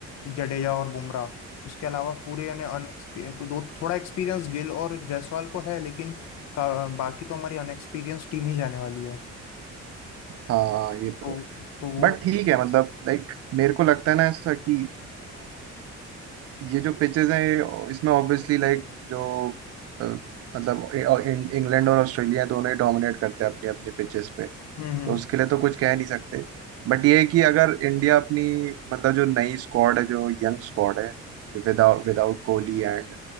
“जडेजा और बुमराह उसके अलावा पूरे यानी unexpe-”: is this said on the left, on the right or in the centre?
Left